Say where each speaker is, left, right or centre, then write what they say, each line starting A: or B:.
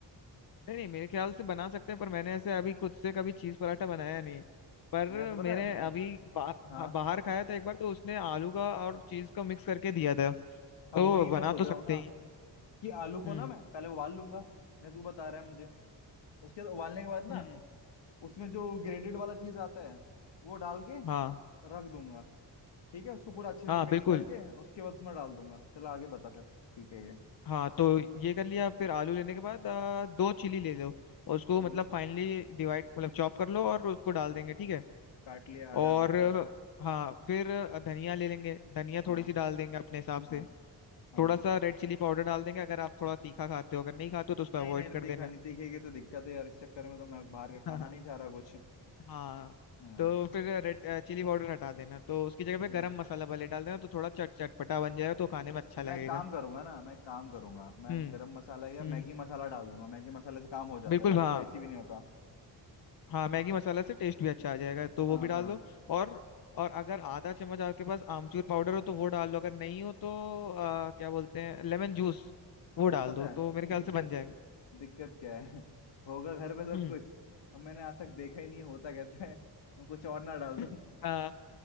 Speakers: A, on the left; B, on the left.
A: नहीं नहीं मेरे ख्याल से बना सकते हैं पर मैंने ऐसे अभी खुद से कभी चीज पराठा बनाया नहीं पर
B: मैं तो
A: मैंने
B: पता है
A: अभी बा,
B: हाँ
A: हाँ, बाहर खाया था एक बार तो उसने आलू का और चीज का मिक्स करके दिया था
B: हाँ
A: तो
B: वही मैं
A: बना
B: सोच
A: तो
B: रहा
A: सकते
B: हूँ ना
A: ही
B: कि आलू को
A: हम्म
B: ना मैं पहले उबाल लूंगा नहीं तू बता रहा है मुझे उसके बाद उबालने के बाद ना
A: हम्म
B: उसमें जो ग्रेडेड वाला चीज आता है वो डाल के
A: हाँ
B: रख दूंगा ठीक है उसको पूरा अच्छे
A: हाँ
B: से मिक्स
A: बिल्कुल
B: करके उसके बाद उसमें डाल दूंगा चलो आगे बता फिर ठीक है ये
A: हाँ तो ये कर लिया फिर आलू लेने के बाद आ, दो चिली ले लो और उसको
B: हम्म
A: मतलब फाइनली डिवाइड मतलब चॉप कर लो और उसको डाल देंगे ठीक है
B: काट लिया आधा
A: और
B: आधा चल
A: हाँ फिर धनिया ले लेंगे धनिया थोड़ी
B: हाँ
A: सी डाल देंगे अपने हिसाब
B: हाँ
A: से
B: हाँ
A: थोड़ा सा रेड चिली पाउडर डाल देंगे अगर आप थोड़ा तीखा खाते हो अगर नहीं खाते हो तो उसको
B: नहीं
A: अवॉइड
B: नहीं नहीं
A: कर
B: तीखा
A: देना
B: नहीं तीखेगी तो दिक्कत है यार इस चक्कर में तो मैं बाहर
A: <laughs>
B: का
A: हाँ
B: खाना
A: हाँ
B: नहीं चाह रहा कुछ
A: हाँ
B: हाँ
A: तो फिर रेड चिली पाउडर हटा देना तो उसकी जगह पे
B: हम्म।
A: गरम मसाला भले डाल देना तो थोड़ा चट चटपटा बन जाएगा तो खाने में अच्छा लगेगा
B: मैं काम करूंगा ना मैं काम करूंगा मैं
A: हम्म
B: गरम मसाला या
A: हम्म
B: मैगी मसाला डाल दूंगा मैगी मसाले से काम हो जाता
A: बिल्कुल
B: है ज्यादा
A: हाँ
B: स्पाइसी भी नहीं होता
A: हाँ मैगी मसाला से टेस्ट भी अच्छा आ जाएगा तो
B: हाँ
A: वो भी डाल
B: हाँ
A: दो और और अगर आधा चम्मच आपके पास आमचूर पाउडर हो तो वो डाल लो अगर नहीं हो तो अ, क्या बोलते हैं लेमन जूस वो
B: यार
A: डाल
B: पता
A: दो तो
B: है
A: मेरे ख्याल
B: <laughs> दिक्कत
A: से बन जाएगा
B: क्या दिक्कत क्या है <laughs> होगा घर पे
A: हम्म
B: सब कुछ अब मैंने आज तक देखा ही नहीं होता कैसे है मैं कुछ और ना डाल
A: <laughs>
B: दूं
A: हाँ